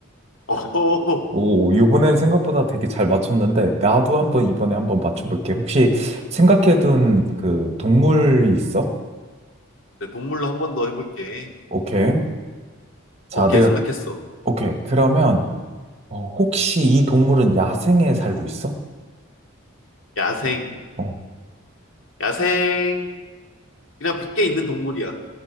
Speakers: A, on the left; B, on the right.
A: 어,
B: 오,
A: <laughs>
B: 이번엔 생각보다 되게 잘 맞췄는데, 나도 한번 이번에
A: 음,
B: 한번 맞춰볼게. 혹시 생각해둔 그 동물이 있어?
A: 네, 동물로 한 번 더 해볼게.
B: 오케이. 자,
A: 오케이,
B: 내가,
A: 생각했어.
B: 오케이. 그러면, 어, 혹시 이 동물은 야생에 살고 있어?
A: 야생.
B: 어,
A: 야생. 그냥 밖에 있는 동물이야.